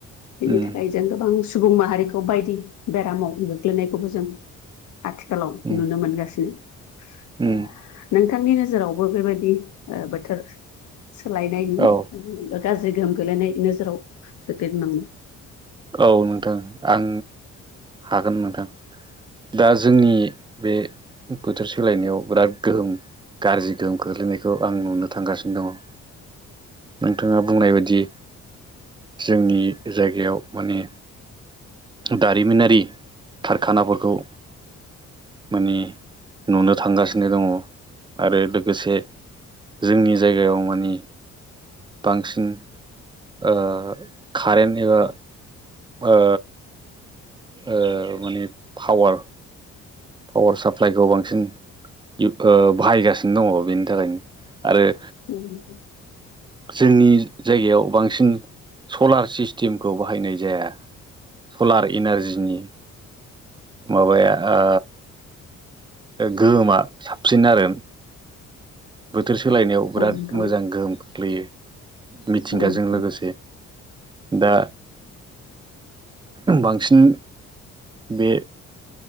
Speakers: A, on the left (about 70°); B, on the right (about 15°).
A: बेनि
B: उम
A: थाखाय जों गोबां सुबुं माहारिखौ बायदि बेरामाव गोग्लैनायखौबो जों आथिखालाव
B: उम
A: नुनो मोनगासिनो।
B: उम
A: नोंथांनि नोजोरावबो बेबायदि ओ बोथोर सोलायनायनि
B: औ
A: गाज्रि गोहोम गोलैनाय नोजोराव गोग्लै नाङो
B: औ नोंथां आं हागोन नोंथां। दा जोंनि बे बोथोर सोलायनायाव बिराद गोहोम गाज्रि गोहोम खोख्लैनायखौ आं नुनो थांगासिनो दङ। नोंथाङा बुंनाय बायदि जोंनि जायगायाव माने दारिमिनारि खारखानाफोरखौ माने नुनो थांगासिनो दङ आरो लोगोसे जोंनि जायगायाव माने बांसिन ओ कारेन्ट एबा ओ ओ माने पावार पावार साप्लाइखौ बांसिन ओ बाहायगासिनो दङ बेनि थाखायनो आरो
A: <inaudible>
B: जोंनि जायगायाव बांसिन सलार सिस्टेमखौ बाहायनाय जाया सलार इनारजिनि माबाया ओ गोहोमा साबसिन आरो बोथोर सोलायनायाव बिराद
A: औ नोंथां
B: मोजां गोहोम खोख्लैयो। मिथिंगाजों
A: औ नोंथां औ नोंथां
B: लोगोसे दा बांसिन बे